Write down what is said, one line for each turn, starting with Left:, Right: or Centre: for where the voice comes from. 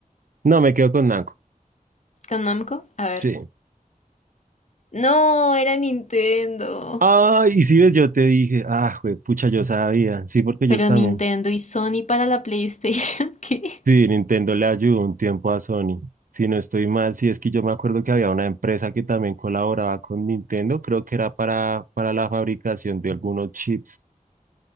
Right: No, me quedo con Namco.
Left: ¿Con Namco? A ver.
Right: Sí.
Left: No, era Nintendo.
Right: Ah, y si ves, yo te dije, ah, pucha, yo sabía. Sí, porque ellos
Left: Pero
Right: también.
Left: Nintendo y Sony para la PlayStation, <laughs> ¿qué?
Right: Sí, Nintendo le ayudó un tiempo a Sony. Si no estoy mal, sí es que yo me acuerdo que había una empresa que también colaboraba con Nintendo, creo que era para, para la fabricación de algunos chips,